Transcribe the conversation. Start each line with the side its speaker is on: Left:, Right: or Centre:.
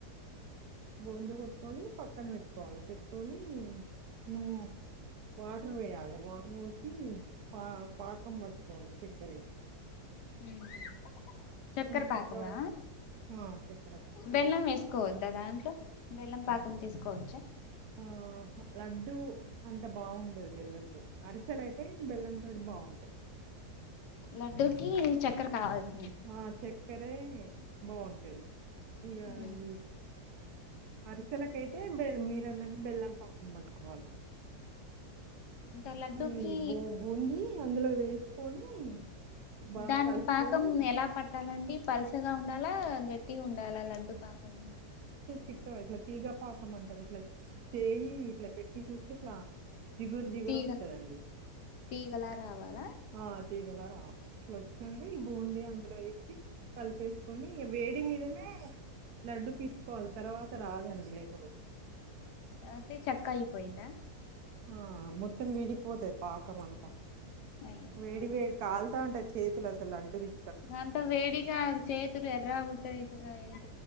Right: బొందు కొట్టుకొని పక్కన పెట్టుకోవాలి పెట్టుకొని. నువ్వు వాటర్ వేయాలి వాటర్ పోసి. పా, పాకం పట్టుకోవాలే చక్కర వే.
Left: ఉ చక్కర
Right: చిక్క
Left: పాకమా
Right: ఆ, చక్కెర పాకం
Left: బెల్లం వేసుకోవద్దా దాంట్లో, బెల్లం పాకం తీసుకోవచ్చా?
Right: ఆ ఉ హు లడ్డు అంత బాగుండదు, బెల్లంంతో అరిసెలయితే బెల్లంంతోటి బాగుంటాయి.
Left: లడ్డూకి చక్కర కావాల్స్
Right: ఆ చక్కరే బాగుంటది, ఇగా
Left: ఉమ్
Right: ఈ. అరిసెలకైతే బెల్, మీరన్నట్టు బెల్లం పాకం పట్టుకోవాల.
Left: ఇంకా లడ్డూకి
Right: ఈ బూ, బూంది అందులో వేసుకొని. బాగా
Left: దానికి
Right: కలుపుకొని
Left: పాకం ఎలా? పట్టాలండి పల్సగా ఉండాలా, గట్టిగా ఉండాలా లడ్డు పాకం.
Right: చిక్కగా ఇట్లా తీగ పాకం అంటారు. ఇట్లా చేయి ఇట్లా, పెట్టి చూస్తే ఇట్లా. జిగురు జిగురు
Left: తీగ
Right: వస్తదండి.
Left: తీగలా రావాలా
Right: ఆ తీగేలా రావాలి ఇట్లా వచ్చినంటే ఈ బూంది అందులో వేసి. కలిపేసుకొని ఇగా వేడి మీదనే. లడ్డు పిసుకోవాలి తర్వాత రాదండి లేకపోతే.
Left: అతే చక్కయిపోయిందా?
Right: ఆ మొత్తం విడిపోతది పాకం అంతా
Left: అయ్యో
Right: వేడి,
Left: ఆ
Right: వేడి కాలుతా ఉంటది. చేతులసలు లడు <unintelligible>
Left: అంత వేడిగా చేతులు ఎర్ర అవుతాయి. <unintelligible>